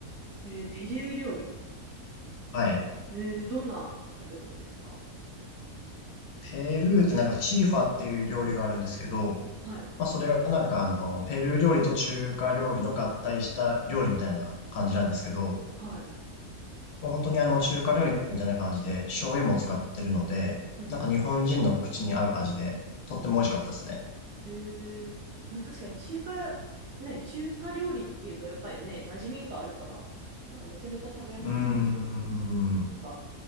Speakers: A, on the right (about 60°); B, on the left (about 80°).
A: えー、ペルー料理。
B: はい。
A: えー、どんな食べ物ですか
B: ペルーってなんかチーファっていう料理があるんですけど、
A: はい。
B: まあそれがなんかあの、ペルー料理と中華料理の合体した料理みたいな感じなんですけど、
A: はい。
B: もう本当にあの中華料理みたいな感じで醤油も使ってるので、
A: うんうん
B: なんか日本人の口に合う味で、とっても美味しかったですね。
A: えー、なんか確かに中華、ね、中華料理っていうと、やっぱりね、馴染みがあるから、なんかめちゃめちゃ食べやすそう。
B: うーん。
A: なんか、